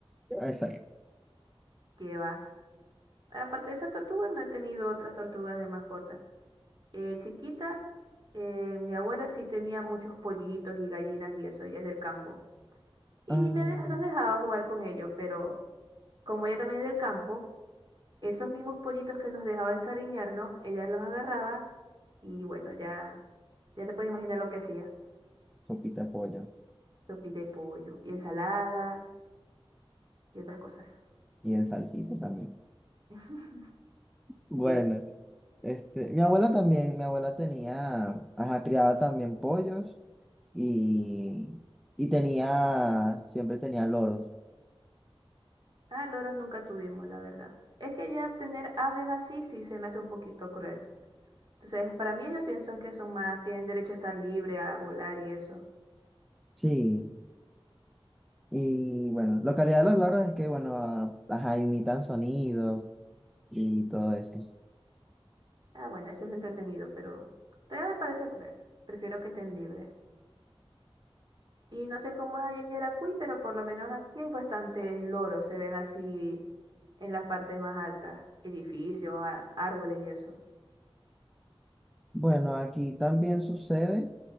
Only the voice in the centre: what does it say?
Exacto.
Ah,
sopita de pollo.
Y en salsita también.
Bueno,
este, mi abuela también, mi abuela tenía, ajá, criaba también pollos y, y tenía, siempre tenía loros.
Sí, Y bueno, la calidad de los logros es que, bueno, las imitan sonidos y todo eso.
Bueno, aquí también sucede.